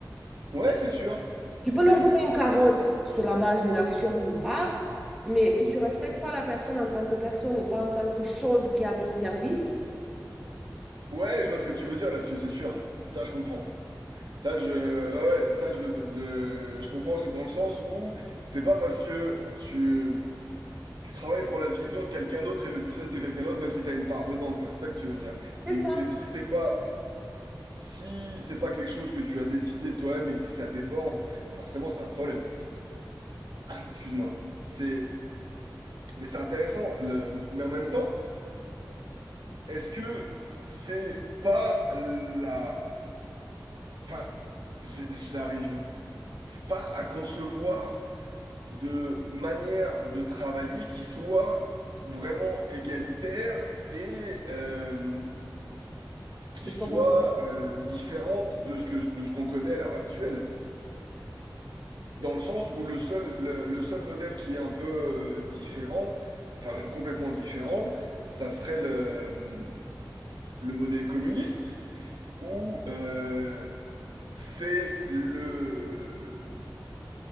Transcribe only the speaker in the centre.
Tu peux
leur donner une carotte sur la base d'une action d'une part, mais si tu respectes pas la personne en tant que personne et pas en tant que chose qui est à ton service,
c'est ça.
Je
comprends pas.